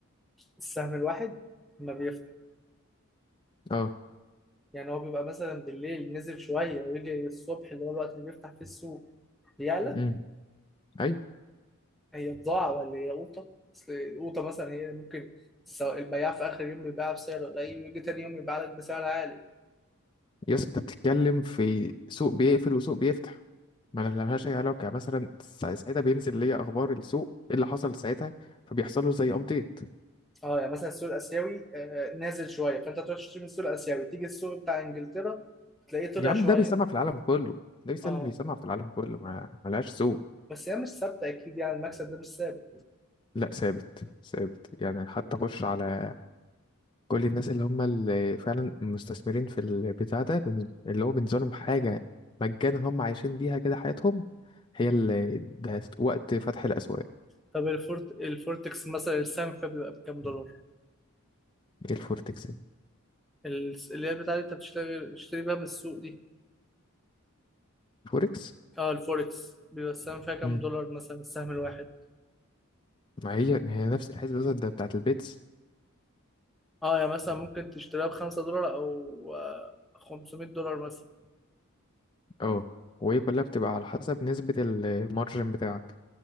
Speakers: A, in the centre; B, on the left (about 20°).
A: السهم الواحد ما بيفتح
B: اه
A: يعني هو بيبقى مثلا بالليل نزل شوية ويجي الصبح اللي هو الوقت اللي بيفتح فيه السوق بيعلى
B: امم ايوه
A: هي بضاعة ولا هي قوطة أصل القوطة مثلا هي ممكن الس- البياع في آخر يوم بيبيعها بسعر قليل ويجي تاني يوم يبيع لك بسعر عالي
B: يا اسطى انت بتتكلم في سوق بيقفل وسوق بيفتح ما لهاش اي علاقه يعني مثلا سا- ساعتها بينزل ليا اخبار السوق ايه اللي حصل ساعتها فبيحصل له زي ابديت
A: اه يعني مثلا السوق الآسيوي آه، نازل شوية فأنت تروح تشتري من السوق الآسيوي تيجي السوق بتاع إنجلترا تلاقيه طلع
B: يا عم
A: شوية
B: ده بيسمع في العالم كله ده بيسلم
A: اه
B: بيسمع في العالم كله ما ملهاش سوق
A: بس هي مش ثابته اكيد يعني المكسب ده مش ثابت
B: لا ثابت ثابت يعني حتى خش على كل الناس اللي هم اللي فعلا مستثمرين في البتاع ده بن- اللي هو بالنسبة لهم حاجة مجانا هم عايشين بيها كده حياتهم هي اللي ده وقت فتح الأسواق
A: طب الفورت الفورتكس مثلا السهم فيها بيبقى بكام دولار
B: ايه الفوركس
A: ال- اللي هي بتاعت انت بتشتري بتشتري بيها من السوق دي
B: الفوركس
A: اه الفوركس بيبقى السهم فيها كام
B: مم.
A: دولار مثلا السهم الواحد
B: ما هي ما هي نفس الحسبة بالظبط ده بتاعة البيتس
A: اه يعني مثلا ممكن تشتريها بخمسة دولار او آه، 500 دولار مثلا
B: اه وهي كلها بتبقى على حسب نسبة المارجن بتاعك